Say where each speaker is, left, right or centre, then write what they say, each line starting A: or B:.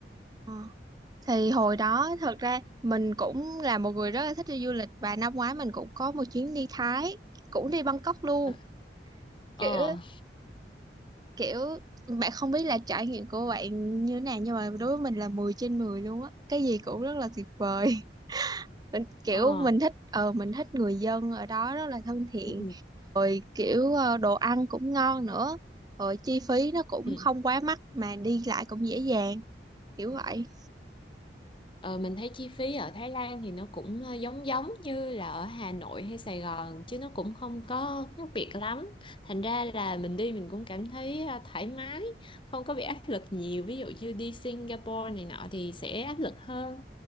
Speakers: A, on the right; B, on the left.
A: Ờ. Thì hồi đó thật ra mình cũng là một người rất là thích đi du lịch và năm ngoái mình cũng có một chuyến đi Thái, cũng đi Bangkok luôn.
B: ờ ờ
A: Kiểu kiểu bạn không biết là trải nghiệm của bạn như thế nào nhưng mà đối với mình là 10 trên 10 luôn á cái gì cũng rất là tuyệt vời <laughs> mình kiểu
B: ờ,
A: mình thích ờ mình thích người dân ở đó rất là thân thiện
B: ừ.
A: rồi kiểu ờ, đồ ăn cũng ngon nữa rồi chi phí nó cũng
B: ừ.
A: không quá mắc mà đi lại cũng dễ dàng kiểu vậy
B: Ờ, mình thấy chi phí ở Thái Lan thì nó cũng ờ, giống giống như là ở Hà Nội hay Sài Gòn chứ nó cũng không có khác biệt lắm. Thành ra là mình đi mình cũng cảm thấy ờ, thoải mái, không có bị áp lực nhiều. Ví dụ như đi Singapore này nọ thì sẽ áp lực hơn.